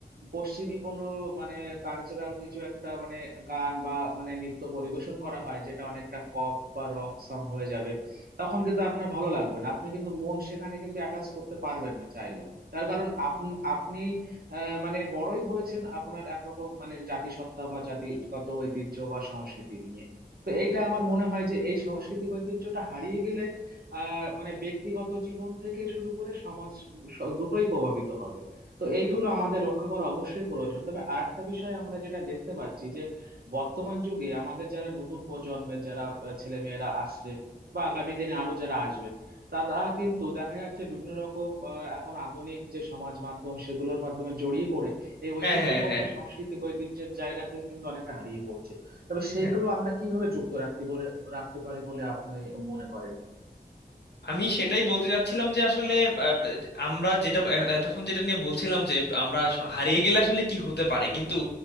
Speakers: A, on the right; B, on the left.
A: পশ্চিমী কোনো মানে কালচারাল কিছু একটা মানে গান বা মানে নৃত্য পরিবেশন করা হয় যেটা অনেকটা পপ বা রক সং হয়ে যাবে তখন কিন্তু আপনার ভালো লাগবে না আপনি কিন্তু মন সেখানে কিন্তু অ্যাটাচ করতে পারবেন না চাইলেও তার কারণ আপনি আপনি আহ, মানে বড়ই হয়েছেন আপনার একরকম মানে জাতিসত্তা বা জাতিগত ঐতিহ্য বা সংস্কৃতি নিয়ে তো এইটা আমার মনে হয় যে এই সাংস্কৃতিক ঐতিহ্যটা হারিয়ে গেলে আহ মানে ব্যক্তিগত জীবন থেকে শুরু করে সমাজ স- দুটোই প্রভাবিত হবে তো এইগুলো আমাদের রক্ষা করা অবশ্যই প্রয়োজন তবে আর একটা বিষয়ে আমরা যেটা দেখতে পাচ্ছি যে বর্তমান যুগে আমাদের যারা নতুন প্রজন্মের যারা ছেলে মেয়েরা আসছে বা আগামী দিনে আরো যারা আসবে তারা কিন্তু দেখা যাচ্ছে বিভিন্ন রকম আহ, এখন আধুনিক যে সমাজ মাধ্যম সেগুলোর মাধ্যমে জড়িয়ে পড়ে এই ঐতিহ্যগত
B: হ্যাঁ হ্যাঁ হ্যাঁ
A: সাংস্কৃতিক ঐতিহ্যের জায়গা থেকে কিন্তু অনেকটা হারিয়ে পড়ছে তবে সেইগুলো
B: হ্যাঁ,
A: আমরা কিভাবে যুক্ত রাখতে বলে রাখতে পারে বলে আপনি মনে করেন
B: আমি সেটাই বলতে চাচ্ছিলাম যে আসলে আহ, আমরা যেটা এতক্ষণ যেটা নিয়ে বলছিলাম যে আমরা আস- হারিয়ে গেলে আসলে কি হতে পারে কিন্তু